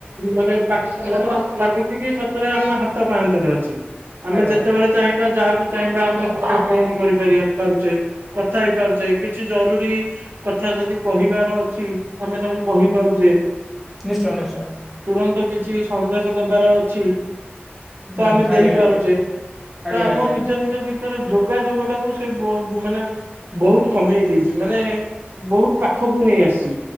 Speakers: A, on the right; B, in the centre.
A: ମାନେ <unintelligible> ଲାଗୁଛି କି ସତରେ ଆମ ହାତ ପାହାନ୍ତାରେ ଅଛି। ଆମେ
B: ଆଜ୍ଞା
A: ଯେତେବେଳେ
B: ଆଜ୍ଞା
A: ଚାହିଁବା ଯାହାକୁ ଚାହିଁବା ଆମେ ଫୋନ କରିପାରିବା ପଞ୍ଚେ କଥା ହେଇପାରୁ ଯେ କିଛି ଜରୁରୀ କଥା ଯଦି କହିବାର ଅଛି ଆମେ ତାଙ୍କୁ କହିପାରୁଛେ।
B: ନିଶ୍ଚୟ ନିଶ୍ଚୟ।
A: ତୁରନ୍ତ କିଛି ସନ୍ଦେଶ ଦେବାର ଅଛି। ତ
B: ହୁଁ
A: ଆମେ ଦେଇପାରୁଛେ
B: ଆଜ୍ଞା ଆଜ୍ଞା ଆଜ୍ଞା
A: ତ ଆମ
B: ଆଜ୍ଞା
A: ନିଜ ନିଜ ଭି ତରୋ ଯୋଗ ଯୋଗ ଟାକୁ ସେ ବ ମାନେ ବହୁତ କମେଇ ଦେଇଛି। ମାନେ ବହୁତ ପାଖ ଖକୁ ନେଇଆସିଛି।